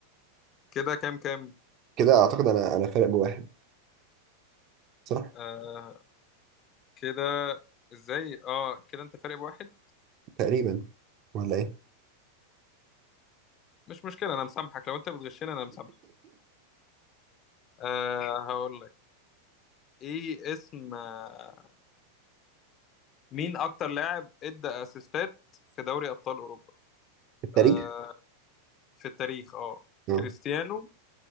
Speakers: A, on the left; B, on the right.
A: كده كام كام
B: كده أعتقد أنا أنا فارق بواحد صح
A: آه كده إزاي آه كده أنت فارق بواحد
B: تقريبا ولا إيه
A: مش مشكلة أنا مسامحك لو أنت بتغشني أنا مسامحك آه هقول لك إيه اسم آه مين أكتر لاعب إدى أسيستات في دوري أبطال أوروبا
B: التاريخ
A: آه في التاريخ آه
B: آه.
A: كريستيانو